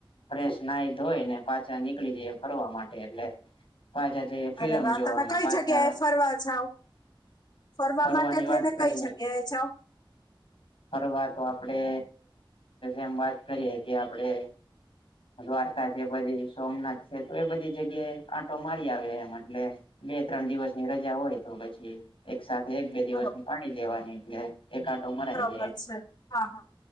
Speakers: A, on the left (about 80°); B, on the left (about 50°).
A: ફ્રેશ નાહી ધોયને પાછા નીકળી જઈએ ફરવા માટે એટલે પાછા જે ફિલ્મ
B: અરે વાહ
A: જોવા
B: તમે
A: ને
B: કઈ
A: પાછા
B: જગ્યાએ ફરવા જાવ ફરવા
A: ફરવાની
B: માટે થઈને
A: વાત કરીએ
B: કઈ જગ્યાએ જાય
A: ફરવા તો આપડે એમ વાત કરીએ આપડે દ્વારકા છે પછી સોમનાથ છે તો એ બધી જગ્યાએ આંટો મારી આવીયે એમ એટલે બે ત્રણ દિવસની રજા હોય તો પછી એક સાથે એક બે દિવસની
B: બરોબર
A: પાડી લેવાની એટલે એક આંટો મરાય
B: અચ્છા હા હા